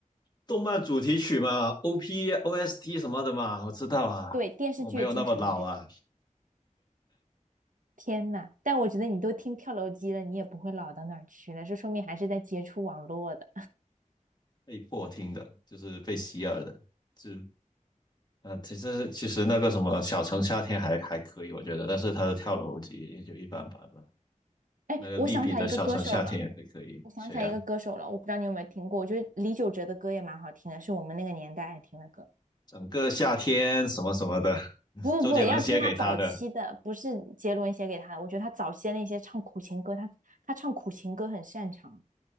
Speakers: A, on the left; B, on the right.
A: 动漫主题曲嘛，OP、OST 什么的嘛，我知道啊，
B: 对，电视剧也经常这个。
A: 我没有那么老啊，
B: 天呐，但我觉得你都听跳楼机了，你也不会老到哪儿去了，这说明还是在接触网络的。
A: 被迫听的，就是被洗耳的，就呃，其实其实那个什么小城夏天还还可以，我觉得，但是他的跳楼机也就一般般吧，
B: 哎，
A: 那个利比的小城夏天也可以，
B: 我想起来一个歌手了，
A: 可以，
B: 我想起来一个歌手了，
A: 谁呀？
B: 我不知道你有没有听过，我觉得李玖哲的歌也蛮好听的，是我们那个年代爱听的歌。
A: 整个夏天什么什么的，<laughs>
B: 不不不，
A: 周杰伦写给他的。
B: 要听他早期的，不是杰伦写给他的。我觉得他早期的那些唱苦情歌，他他唱苦情歌很擅长。